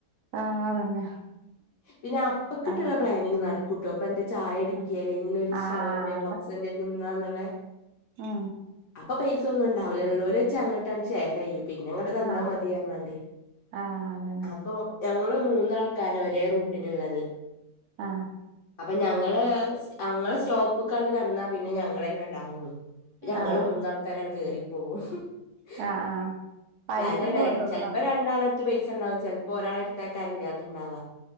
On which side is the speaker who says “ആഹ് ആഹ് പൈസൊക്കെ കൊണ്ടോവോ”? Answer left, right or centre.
Right